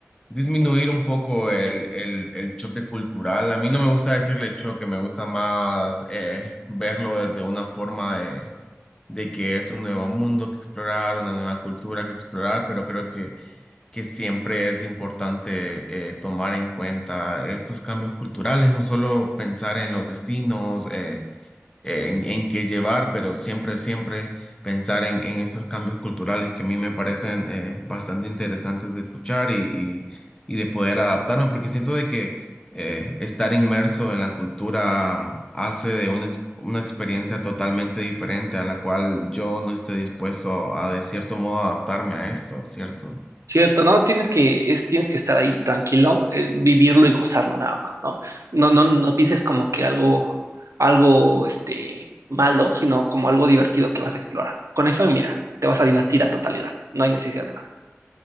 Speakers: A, on the left; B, on the right.
A: disminuir un poco el, el, el choque cultural. A mí no me gusta decirle choque, me gusta más eh, verlo desde una forma de de que es un nuevo mundo que explorar, una nueva cultura que explorar, pero creo que, que siempre es importante eh, tomar en cuenta estos cambios culturales, no solo pensar en los destinos, eh, en, en qué llevar, pero siempre, siempre pensar en, en esos cambios culturales que a mí me parecen eh, bastante interesantes de escuchar y, y- y de poder adaptarme, porque siento de que eh, estar inmerso en la cultura hace de una, ex- una experiencia totalmente diferente a la cual yo no esté dispuesto a, de cierto modo adaptarme a esto, ¿cierto?
B: Cierto, no, tienes que, es, tienes que estar ahí tranquilo, es vivirlo y gozarlo nada más, ¿no? No, no, no pienses como que algo, algo, este, malo, sino como algo divertido que vas a explorar. Con eso, mira, te vas a divertir a totalidad, no hay necesidad de